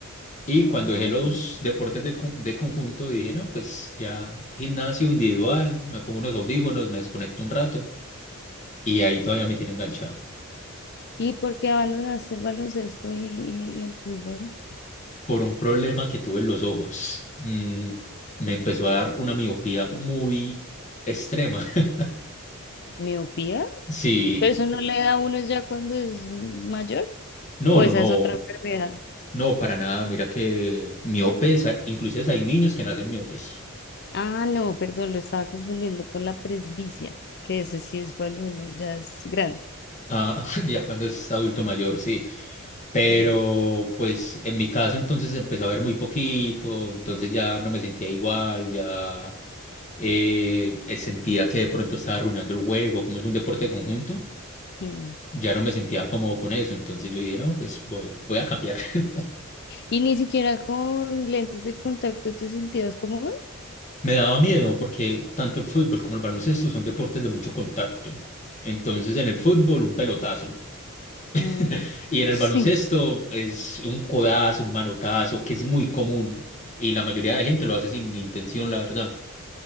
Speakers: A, on the left (about 30°); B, on the left (about 50°).
A: y
B: Wow.
A: cuando dejé los deportes del con- de conjunto dije, no, pues ya gimnasio individual, me pongo unos audífonos, me desconecto un rato, y ahí todavía me tiene enganchado.
B: ¿Y por qué abandonaste el baloncesto y, y- y el fútbol?
A: Por un problema que tuve en los ojos, mm, me empezó a dar una miopía muy extrema. <laughs>
B: ¿Miopía?
A: Sí,
B: ¿Pero eso no le da a uno ya cuando es mayor?
A: no,
B: ¿O
A: no,
B: esa
A: no.
B: es otra enfermedad?
A: No, para nada. Mira que miopes, hay- inclusive hay niños que nacen miopes.
B: Ah, no, perdón, lo estaba confundiendo con la presbicia, que ese sí es cuando uno ya es grande.
A: Ah, <laughs> ya cuando es adulto mayor, sí. Pero
B: Sí.
A: pues en mi caso entonces empezó a ver muy poquito, entonces ya no me sentía igual, ya eh, eh, sentía que de pronto estaba arruinando el juego, como es un deporte de conjunto,
B: Mm.
A: ya no me sentía cómodo con eso, entonces yo dije, no, pues voy, voy a cambiar. <laughs>
B: ¿Y ni siquiera con lentes de contacto te sentías cómodo?
A: Me daba miedo porque tanto el fútbol como el baloncesto son deportes de mucho contacto. Entonces en el fútbol un pelotazo.
B: Mm,
A: <laughs> Y en el
B: Sí.
A: baloncesto es un codazo, un manotazo, que es muy común y la mayoría de gente lo hace sin intención, la verdad.